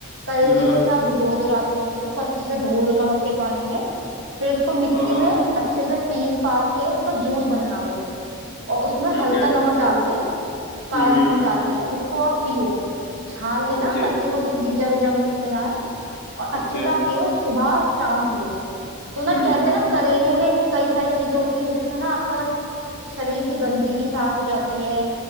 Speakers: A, on the right; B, on the left.
A: करेले
B: हम्म हम्म,
A: को जैसे आप भिगो दो रात में उसको अच्छे से धो लो नमक के पानी में फिर उसको मिक्सी
B: हाँ हाँ
A: में अच्छे से पीस पास के उसका जूस बना लो और उसमें
B: ठीक
A: हल्का
B: है
A: नमक डाल के काला
B: हम्म हम्म,
A: नमक डाल के उसको आप पियो छान लेना
B: ओके
A: ताकि वो उसके बीजा वीजा मुंह में ना आए और अच्छे
B: ओके
A: से आप पियो सुबह शाम पियो तो ना
B: हम्म
A: कहते
B: हम्म,
A: हैं ना करेले में कई सारी चीजें होती हैं जिससे ना आपका शरीर की गंदगी साफ हो जाती है